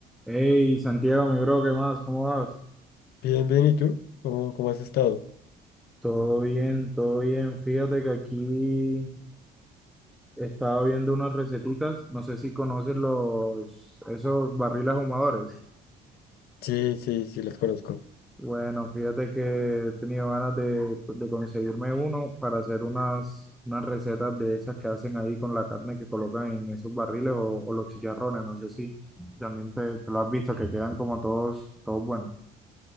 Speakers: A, in the centre; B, on the left (about 70°).
A: Hey, Santiago, mi bro, ¿qué más? ¿Cómo vas?
B: Bien, bien, ¿y tú? ¿Cómo, cómo has estado?
A: Todo bien, todo bien. Fíjate que aquí estaba viendo unas receticas. No sé si conoces los, esos barriles ahumadores.
B: Sí, sí, sí, los conozco.
A: Bueno, fíjate que he tenido ganas de, de conseguirme uno para hacer unas, unas recetas de esas que hacen ahí con la carne que colocan en esos barriles o, o los chicharrones. No sé si también te, te lo has visto, que quedan como todos, todos buenos.